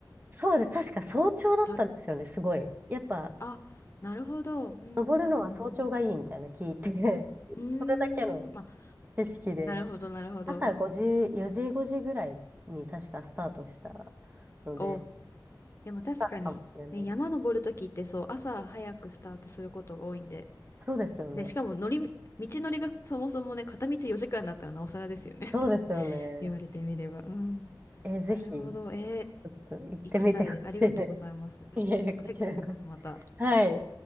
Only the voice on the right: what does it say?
そうです。確か早朝だったんですよね、
すごい。やっぱ、
登るのは早朝がいいみたいな聞いて、<laughs>
それだけの
知識で、
朝5時、4時、5時ぐらいに確かスタートしたので、
だからかもしれないです。
そうですよね。
そうですよね。
えーぜひ。
ち
ょっと行ってみてほしいで
す。<laughs> いえ、
こちらこそ。
はい。